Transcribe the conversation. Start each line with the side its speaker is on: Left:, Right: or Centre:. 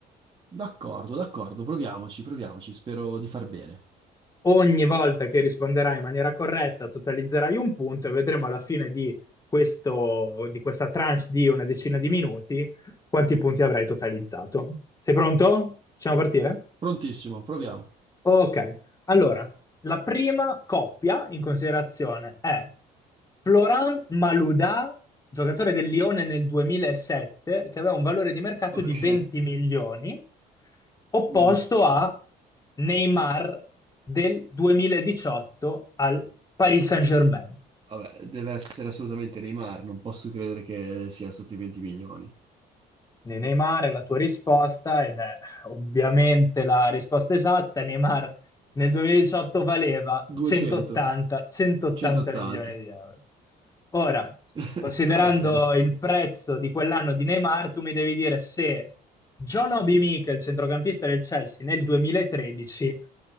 Right: D'accordo, d'accordo, proviamoci, proviamoci. Spero di far bene.
Left: Ogni volta che risponderai in maniera corretta, totalizzerai un punto e vedremo alla fine di questo, di questa tranche di una decina di minuti quanti punti avrai totalizzato. Sei pronto? Possiamo partire?
Right: Prontissimo, proviamo.
Left: Ok, allora, la prima coppia in considerazione è Florent Malouda, giocatore del Lione nel 2007, che aveva un valore di mercato
Right: Ok.
Left: di 20 milioni, opposto
Right: Mm,
Left: a Neymar del 2018 al Paris Saint-Germain.
Right: Vabbè, deve essere assolutamente Neymar, non posso credere che sia sotto i 20 milioni.
Left: Ne- Neymar è la tua risposta ed è ovviamente la risposta esatta. Neymar nel 2018 valeva
Right: 200,
Left: 180, 180
Right: 180.
Left: milioni di euro. Ora,
Right: <laughs>
Left: considerando
Right: Va bene.
Left: il prezzo di quell'anno di Neymar, tu mi devi dire se John Obi Mikel, centrocampista del Chelsea, nel 2013